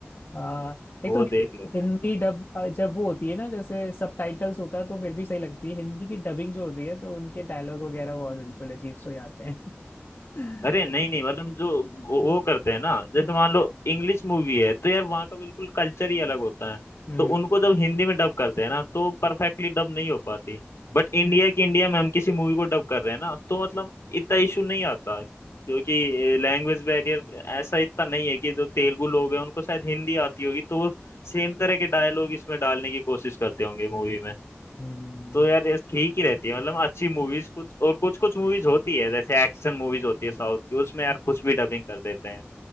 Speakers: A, on the left; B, on the left.
A: आ, एक
B: वो
A: तो
B: देख लेते
A: हिंदी
B: हैं
A: डब जब वो होती है ना जैसे सबटाइटल्स होता है तो फिर भी सही लगती है हिंदी की डबिंग जो होती है तो उनके डायलॉग वगैरह बहुत बिल्कुल अजीब से हो जाते हैं
B: अरे
A: <laughs>
B: नहीं नहीं मतलब जो वो वो करते हैं ना जैसे मान लो इंग्लिश मूवी है तो यार वहाँ का बिल्कुल कल्चर ही अलग होता है
A: हम्म
B: तो उनको जब हिंदी में डब करते हैं ना तो परफेक्टली डब नहीं हो पाती बट इंडिया की इंडिया में हम किसी मूवी को डब कर रहे हैं ना तो मतलब इतना इशू नहीं आता क्योंकि लैंग्वेज बैरियर ऐसा इतना नहीं है कि जो तेलुगु लोग हैं उनको शायद हिंदी आती होगी तो वो सेम तरह के डायलॉग इसमें डालने की कोशिश करते होंगे मूवी में
A: हम्म।
B: तो यार ये ठीक ही रहती है मतलब अच्छी मूवीज कुछ और कुछ कुछ मूवीज होती है जैसे एक्शन मूवीज होती है साउथ की उसमें यार कुछ भी डबिंग कर देते हैं